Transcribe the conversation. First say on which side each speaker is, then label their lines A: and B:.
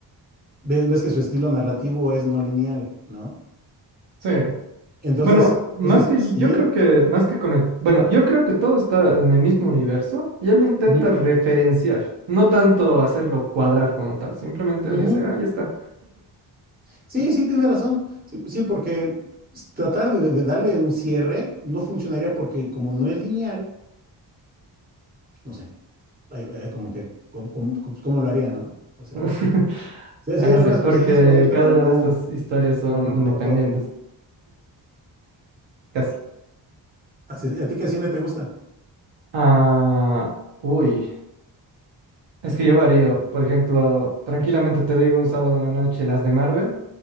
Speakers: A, on the right (about 20°); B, on the right (about 80°).
A: ves, ves que su estilo narrativo es no lineal, ¿no?
B: Sí.
A: Entonces,
B: Bueno, más
A: entonces,
B: que
A: si
B: yo
A: él...
B: creo que más que conect- bueno, yo creo que todo está en el mismo universo y él lo intenta
A: Ujú,
B: referenciar, no tanto hacerlo cuadrar como tal, simplemente
A: ujú.
B: dice, ah, ya está.
A: Sí, sí, tiene razón. Sí, sí, porque tratar de, de darle un cierre no funcionaría porque como no es lineal, pues, no sé, hay- hay como que, ¿cómo, cómo- cómo- cómo lo haría, no? O sea,
B: <laughs>
A: sí,
B: Ah,
A: sí hay
B: no
A: algunas
B: sé, porque
A: cosillas por ahí, pero
B: cada
A: no,
B: una de estas historias son
A: pero no,
B: independientes,
A: no todo.
B: casi.
A: Así es. ¿Y a ti qué cine te gusta?
B: Ah, uy, es que yo varío, por ejemplo, tranquilamente te digo un sábado en la noche las de Marvel